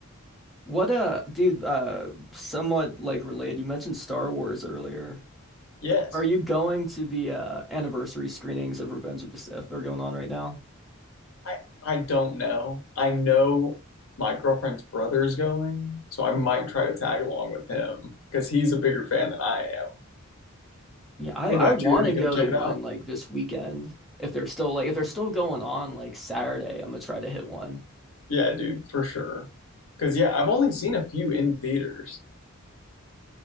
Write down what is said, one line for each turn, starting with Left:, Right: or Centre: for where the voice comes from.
Centre: What uh dude, uh somewhat like related, you mentioned Star Wars earlier.
Left: Yes.
Centre: Are you going to the uh anniversary screenings of Revenge of the Sith that are going on right now?
Left: I I don't know. I know my girlfriend's brother is going, so I might try to tag along with him because he's a bigger fan than I am.
Centre: Yeah, I
Left: What
Centre: I
Left: about
Centre: want
Left: you? Are you
Centre: to go
Left: going to check
Centre: to one
Left: it out?
Centre: like this weekend. If they're still like if they're still going on like Saturday, I'm gonna try to hit one.
Left: Yeah, dude, for sure. Because yeah, I've only seen a few in theaters.